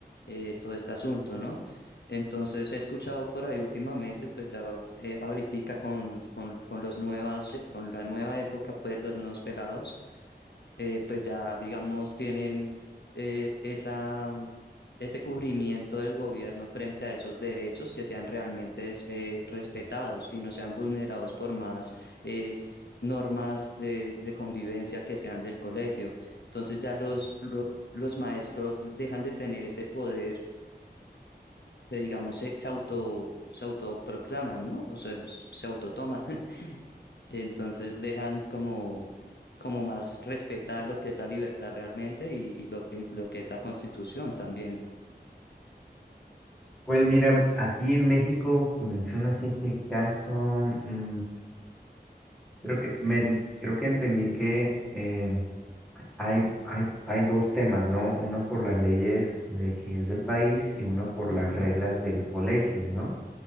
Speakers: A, on the left; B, in the centre.
A: eh, todo este asunto, ¿no? Entonces he escuchado por ahí últimamente, pues ya eh, ahoritica con, con, con los nuevas, eh, con la nueva época, pues los nuevos pelados eh, pues ya, digamos, tienen eh, esa, mm, ese cubrimiento del gobierno frente a esos derechos que sean realmente des- eh, respetados y no sean vulnerados por más eh, normas de, de convivencia que sean del colegio. Entonces ya los, lo- los maestros dejan de tener ese poder que digamos se, se auto se autoproclaman, ¿no? O sea, s- se autotoman. <laughs> Entonces dejan como como más respetar lo que es la libertad realmente y, y lo, y lo que es la Constitución también.
B: Pues mira, aquí en México, que mencionas ese caso, mm, creo que me dis- creo que entendí que eh, Hay, hay, hay dos temas, ¿no? Uno por las leyes de que es del país y uno por
A: Ujú.
B: las reglas del colegio, ¿no?